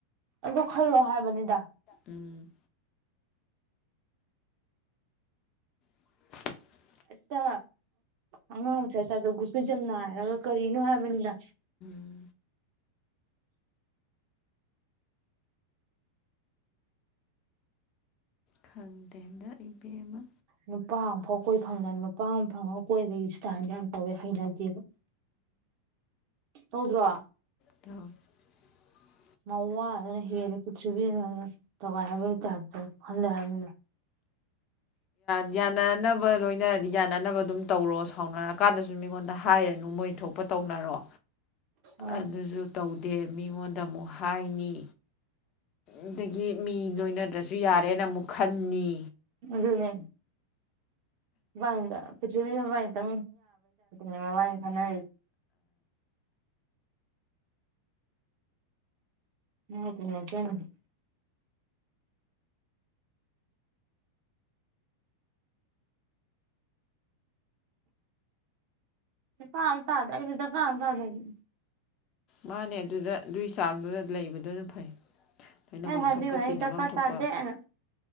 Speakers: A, on the right; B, on the left.
A: ꯑ ꯈꯜꯂꯣ ꯍꯥꯏꯕꯅꯤꯗ
B: ꯎꯝ <unintelligible> <inaudible>
A: ꯑꯠꯇ ꯑꯉ ꯆ <inaudible> ꯗꯣ ꯒꯨꯞꯄꯤꯖꯝꯅ ꯍꯥꯏꯔꯒ ꯀꯔꯤꯅꯣ ꯍꯥꯏꯕꯅꯤꯗ
B: ꯎꯝ ꯈꯪꯗꯦ ꯍꯟꯗꯛ ꯏꯕꯦ ꯑꯃ
A: ꯅꯨꯄꯥ ꯑꯃꯐꯥꯎ ꯀꯣꯏ ꯐꯪꯗꯅ ꯅꯨꯄꯥ ꯑꯃ ꯐꯪꯉꯒ ꯀꯣꯏꯕꯒꯤ ꯏꯁꯇꯥꯏꯜꯗ ꯌꯥꯝ ꯇꯧꯋꯦ ꯍꯩꯅꯗꯦꯕ ꯍꯧꯗ꯭ꯔꯣ
B: ꯇꯝ <unintelligible> <inaudible>
A: ꯉꯋꯥ ꯑꯗꯨꯅ ꯍꯦꯜꯂꯤ ꯄ꯭ꯔꯤꯊꯤꯕꯤ ꯇꯣꯒꯥꯏꯕꯩꯇꯥꯔꯦ ꯈꯟꯗꯦ ꯍꯥꯏꯕꯅ
B: ꯌꯥꯅꯅꯕ ꯂꯣꯏꯅꯔꯗꯤ ꯌꯥꯅꯅꯕ ꯑꯗꯨꯝ ꯇꯧꯔꯣ ꯁꯥꯎꯅꯔꯀꯥꯟꯗꯁꯨ ꯃꯤꯉꯣꯟꯗ ꯍꯥꯏꯔꯅꯨ ꯃꯣꯏ ꯊꯣꯛꯄ ꯇꯧꯅꯔꯣ
A: ꯑ
B: ꯑꯗꯨꯁꯨ ꯇꯧꯗꯦ ꯃꯤꯉꯣꯟꯗ ꯑꯃꯨꯛ ꯍꯥꯏꯅꯤ ꯑꯗꯒꯤ ꯃꯤ ꯂꯣꯏꯅꯗ꯭ꯔꯁꯨ ꯌꯥꯔꯦꯅ ꯑꯃꯨꯛ ꯈꯟꯅꯤ
A: ꯑꯗꯨꯅꯦ ꯋꯥꯥꯏꯗ ꯄ ꯋꯥ ꯇ ꯌꯥꯕ ꯋꯥ ꯈꯅ <inaudible> ꯐꯥꯝ ꯊꯥꯗ ꯏꯗꯤꯗ ꯐꯥꯝ ꯊꯥꯗꯅꯤ
B: ꯃꯥꯅꯦ ꯑꯗꯨꯗ ꯑꯗꯨꯏ ꯆꯥꯡꯗꯨꯗ ꯂꯩꯕꯗꯨꯅ ꯐꯩ ꯂꯣꯏꯅꯐꯝ
A: ꯑꯩ ꯍꯥꯏꯕꯤꯕꯅꯦ
B: ꯊꯣꯛꯄ ꯇꯤꯟꯅꯐꯝ
A: ꯑꯩ ꯗꯀꯥ
B: ꯊꯣꯛꯄ
A: ꯇꯥꯗꯦꯅ